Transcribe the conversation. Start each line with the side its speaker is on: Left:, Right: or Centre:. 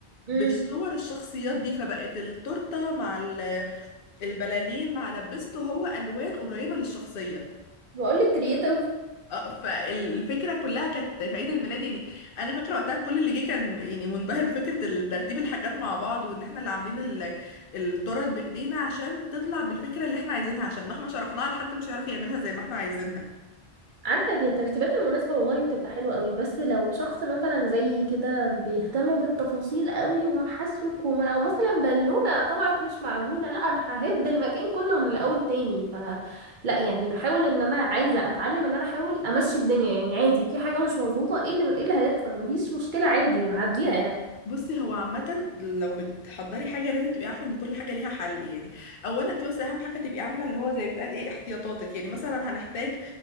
Right: امم
Left: بصور الشخصيات دي فبقت التورته مع ال- البلالين مع لبسته هو الوان قريبه للشخصيه
Right: بقول لك كرييتيف
Left: اه فالفكره كلها كانت في عيد الميلاد يعني انا فاكره وقتها كل اللي جه كان يعني منبهر بفكره ترتيب الحاجات مع بعض وان احنا اللي عاملين ال- التورت بايدينا عشان تطلع بالفكره اللي احنا عايزينها عشان مهما شرحناها لحد مش هيعرف يعملها زي ما احنا عايزينها
Right: عارفة هي ترتيبات المناسبة والله بتبقى حلوة قوي بس لو شخص مثلا زي كده بيهتم بالتفاصيل قوي ومحسوك وما لو مثلا بالونة طلعت مش معدولة لا انا ههد المكان كله من الاول تاني ف لا يعني بحاول ان انا عايزة اتعلم ان انا احاول امشي الدنيا يعني عادي في حاجة مش مظبوطة ايه اللي ايه اللي هيحصل مفيش مشكلة عادي هنعديها يعني
Left: بصي هو عامة لو بتحضري حاجة لازم تبقي عارفة ان كل حاجة ليها حل يعني اولا انت بس اهم حاجة تبقي عاملة اللي هو زي بتقال ايه احتياطاتك يعني مثلا هنحتاج